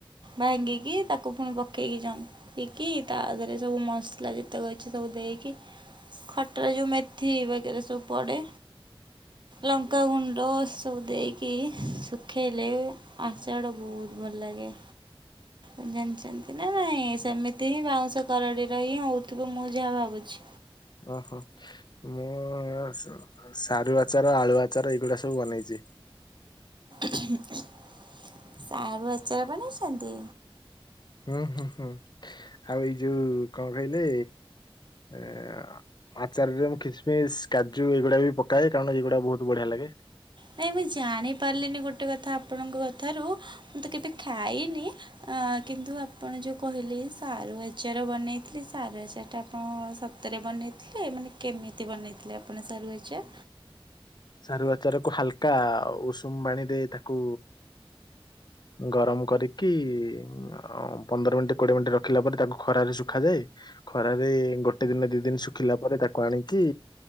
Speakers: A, on the right; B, on the left.
A: ଭାଙ୍ଗିକି ତାକୁ ପୁଣି ପକେଇକି ଯଅନ୍ତ ନ୍ତିକି ତା ଦେହରେ ସବୁ ମସଲା ଯେତକ ଅଛି ସବୁ ଦେଇକି ଖଟରେ ଯୋଉ ମେଥି ବଗେ ରେ ସବୁ ପଡେ। ଲଙ୍କା ଗୁଣ୍ଡ ସଵୁ ଦେଇକି ସୁଖେଇଲେ ଆଚାଡ଼ ବହୁତ ଭଲ୍‌ଲାଗେ। ଆଉ ଜାଣିଛନ୍ତି ନା ନାଇଁ, ସେମିତି ହିଁ ବାଉଁଶ କରଡିର ହିଁ ହଉଥିବ ମୁଁ ଯାହା ଭାବୁଛି।
B: ଓ ହୋ। ମୁଁ ସ୍ ସାରୁ ଆଚାର ଆଳୁ ଆଚାର ଏଇଗୁଡା ସବୁ ବନେଇଛି।
A: <inaudible> ସାରୁ ଆଚାର ବନେଇଛନ୍ତି?
B: ହୁଁ ହୁଁ ହୁଁ ଆଉ ଏଇ ଯୋଉ କଣ କହିଲେ, ଅ ଆଚାରରେ ମୁଁ କିସମିସ୍ କାଜୁ ଏଗୁଡ଼ା ବି ପକାଏ କାରଣ ଏଗୁଡା ବହୁତ ବଢିଆ ଲାଗେ।
A: ନାଇଁ ମୁଁ ଜାଣିପାରିଲିନି ଗୋଟେ କଥା ଆପଣଙ୍କ କଥାରୁ ମୁଁ ତ କେବେ ଖାଇନି। କିନ୍ତୁ ଆପଣ ଯୋଉ କହିଲେ ସାରୁ ଆଚାର ବନେଇଥିଲେ ସାରୁ ଆଚାରଟା ଆପଣ ସ ହାତରେ ବନେଇଥିଲେ, ମାନେ କେମିତି ବନେଇଥିଲେ ଆପଣ ସାରୁ ଆଚାର?
B: ସାରୁ ଆଚାର କୁ ହାଲକା ଉଷୁମ ପାଣି ରେ ତାକୁ ଗରମ କରିକି ଅ ପନ୍ଦରମିନିଟ କୋଡିଏମିନିଟ୍ ରଖିଲା ପରେ ତାକୁ ଖରାରେ ଶୁଖାାଯାଏ। ଖରାରେ ଗୋଟେ ଦିନ ଦି ଦିନି ଶୁଖିଲା ପରେ ତାକୁ ଆଣିକି